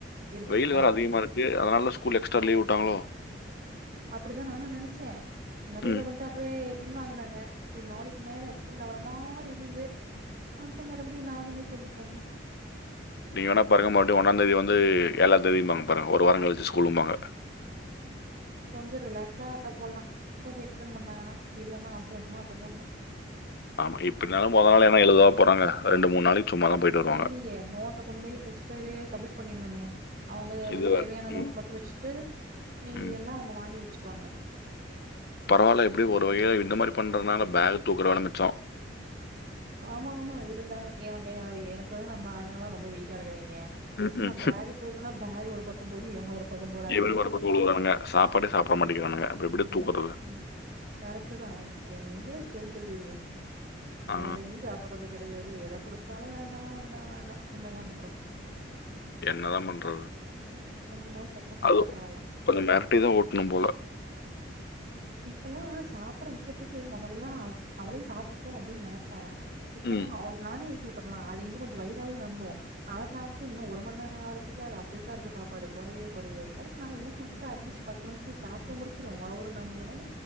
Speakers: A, on the right; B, on the left.
A: இருங்க
B: வெயில்
A: இருங்க நல்லா
B: வேற அதிகமா இருக்கு அதனால ஸ்கூல் எக்ஸ்டா லீவ் <unintelligible>
A: அப்டிதா நானு நெனச்சே நடுவுல
B: ம்
A: வந்து அப்டேப் பின்வாங்குனாங்க சரி நாளுக்கு மேல எக்ஸடென்ட் ஆவுற மாரி இருந்தது அப்றோ மறுபடியு நாளுனே சொல்லிபுட்டாய்ங்க
B: நீங்க வேணா பாருங்க மறுபடியு ஒன்னா தேதி வந்து ஏழாந்தேதிபாங்க பாருங்க ஒரு வாரோ கழிச்சி ஸ்கூலும்பாங்க
A: கொஞ்ஜ ரிலாக்ஸா அட்ட போலா கொஞ்ஜோ எக்ஸ்டெண் பண்ணாங்கன்னா இல்லன்னா அவசர அவசரமா அட்ட போணோம்
B: ஆமா எப்டின்னாலு மொத நாள் என்ன எழுதவா போறாங்க ரெண்டு மூணு நாளைக்கு சும்மா தான் போயிட்டு வருவாங்க
A: இல்லையே நோட்ட கொண்டு போய் ஃபர்ஸ்டேவே சம்மிட் பண்ணிணுமே அவுங்க
B: இது
A: தேவையான
B: வேற. ம்
A: நோட் மட்டு வச்சுட்டு மீதி
B: ம்
A: எல்லா அவுங்க வாங்கி வச் வச்சுக்குவாங்க
B: பரவால எப்டி ஒரு வகைல இந்த மாரி பண்றதுனால பேக் தூக்குற வேல மிச்சோ
A: ஆமா ஆமா இருந்தா இவங்க ஏர்கனவே நம்ப ஆளுங்கலா ரொம்ப வெயிட்டா இருக்குராய்ங்க
B: ம்
A: மா
B: ம்
A: பேக் தூக்குனா பேக் ஒரு பக்கம் போது இவங்க ஒரு பக்கம் போறாங்க
B: இவனுக்கு வர போட்டு விழுவுறானுங்க சாப்பாடே சாப்பிட மாட்டேங்கிறானுங்க அப்படி எப்படி
A: ம்
B: தூக்குறது
A: கரெக்ட்டு தா <unintelligible>
B: ஆ
A: எதயு சாப்பட்றது கெடையாது எத குடுத்தாலு வேண்டா வேண்டா வேண்டா என்னதா பண்றது
B: என்னதா பண்றது
A: கொஞ்சமாவது சத்தா சாப்ட்டா
B: அது
A: பரவால்ல
B: மெரட்டிதா ஊட்டணும் போல
A: இப்பெல்லாம் சாப்பிட வைக்கிறதுக்கு மொதல்லாம் அவளே சாப்ட்டும் அப்டின்னு நனைப்பேன் இப்பெல்லாம்
B: ம்
A: அவ நானே ஊட்டு லாம் இன்ன கொஞ்சம் வயிறாது நம்பும் அவ சாப்ட்டு ஒருமந்நேரம் ஆகுறதுக்கு அது அப்டியேதான் இருக்கும் சாப்பாடு கொறையவே கொறையாது அதுக்கு நான் ஊட்டிவுட்டு அட்லீஸ்ட் பத்து நிமிஷத்துல சாப்ட்டு முடிச்சிரும் வவுரும் நம்பு ஒன